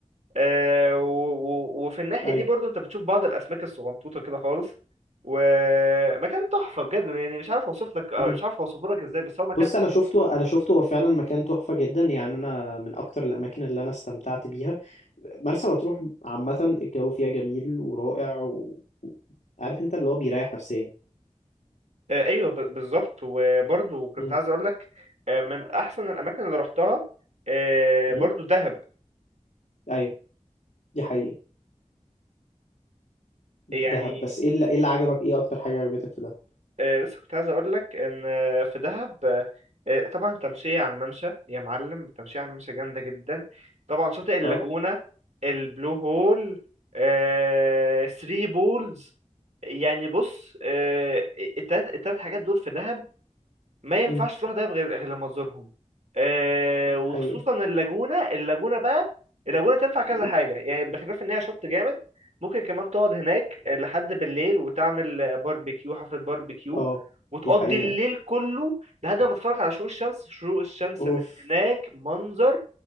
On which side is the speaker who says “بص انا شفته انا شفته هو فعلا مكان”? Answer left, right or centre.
Left